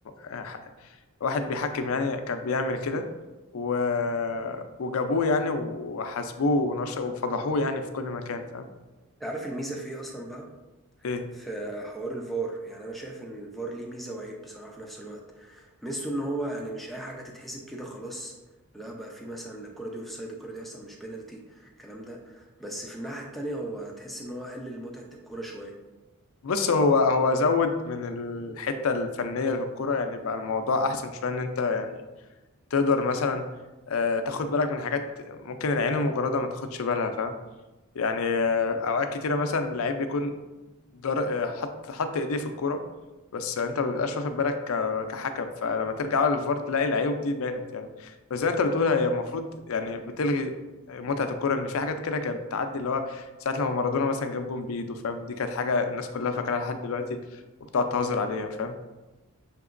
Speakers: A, on the left; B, in the centre.
A: ح- واحد بيحكم يعني كان بيعمل كده و... وجابوه يعني وحاسبوه ونش... وفضحوه يعني في كل مكان فاهم
B: انت عارف الميزة في ايه اصلا بقى
A: ايه
B: في حوار الفار يعني انا شايف ان الفار ليه ميزه وعيب بصراحه في نفس الوقت ميزته ان هو يعني مش اي حاجه تتحسب كده خلاص لا بقى في مثلا لا الكره دي اوف سايد الكره دي اصلا مش بينالتي الكلام ده بس في الناحيه التانية هو تحس ان هو قلل متعه الكوره شويه
A: بص هو هو زود من الحته الفنيه في الكوره يعني بقى الموضوع احسن شويه ان انت يعني تقدر مثلا آه، تاخد بالك من حاجات ممكن العين المجرده ما تاخدش بالها فاهم يعني آه، اوقات كتيره مثلا اللعيب بيكون در... آه، حط حط ايديه في الكوره بس انت ما بتبقاش واخد بالك ك... كحكم فلما ترجع بقى للفار تلاقي العيوب دي بانت يعني بس زي ما انت بتقول هي المفروض يعني بتلغي متعة الكورة إن في حاجات كده كانت بتعدي اللي هو ساعة لما مارادونا مثلا جاب جون بإيده فاهم دي كانت حاجة الناس كلها فاكراها لحد دلوقتي وبتقعد تهزر
B: امم
A: عليها فاهم